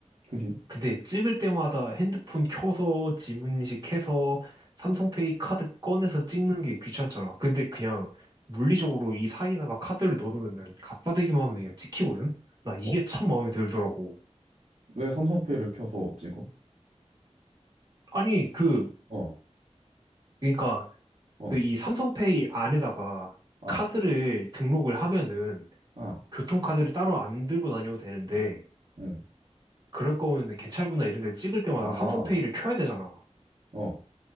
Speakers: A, on the right (about 70°); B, on the right (about 35°).
A: 그지?
B: 근데 찍을 때마다 핸드폰 켜서 지문인식해서 삼성페이 카드 꺼내서 찍는 게 귀찮잖아. 근데 그냥 물리적으로 이 사이에다가 카드를 넣어놓으면 갖다 대기만 하면 그냥 찍히거든. 나 이게
A: 어,
B: 참 마음에 들더라고.
A: 왜 삼성페이를 켜서 찍어?
B: 아니 그
A: 어,
B: 그러니까
A: 어,
B: 그 이 삼성페이 안에다가
A: 아,
B: 카드를 등록을 하면은
A: 아,
B: 교통카드를 따로 안 들고 다녀도 되는데
A: 응,
B: 그럴 거면 개찰구나 이런 데 찍을 때마다
A: 아,
B: 삼성페이를 켜야 되잖아.
A: 어,